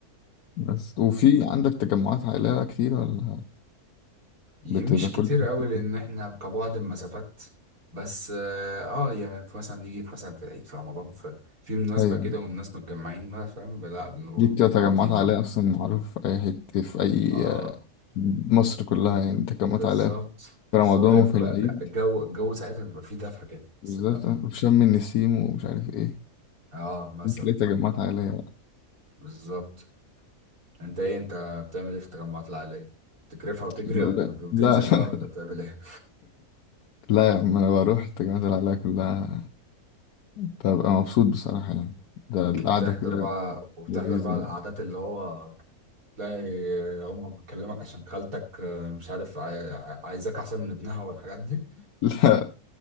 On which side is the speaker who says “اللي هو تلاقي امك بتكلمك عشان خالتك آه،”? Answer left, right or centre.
Right